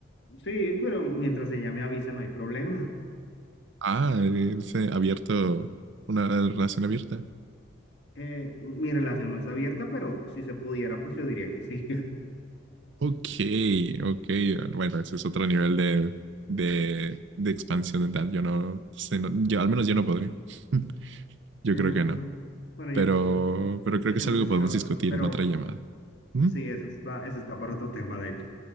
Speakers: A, on the left; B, on the right.
A: Sí, pero mientras ella me avise no hay problema.
B: Ah, es eh, abierto. Una relación abierta.
A: Eh, mi relación no es abierta, pero si se pudiera, pues yo diría que sí. <laughs>
B: Ok, ok. Bueno, ese es otro nivel de, de, de expansión mental. Yo no, no sé, no, yo, al menos yo no podría <laughs> yo
A: Eh,
B: creo
A: bueno,
B: que no.
A: bueno,
B: Pero,
A: yo, sí-
B: pero creo
A: yo
B: que
A: siento
B: es algo
A: que
B: que
A: sí,
B: podemos
A: la verdad.
B: discutir
A: Pero
B: en otra llamada. ¿Mm?
A: sí, eso, es- va, eso está para otro tema, de hecho.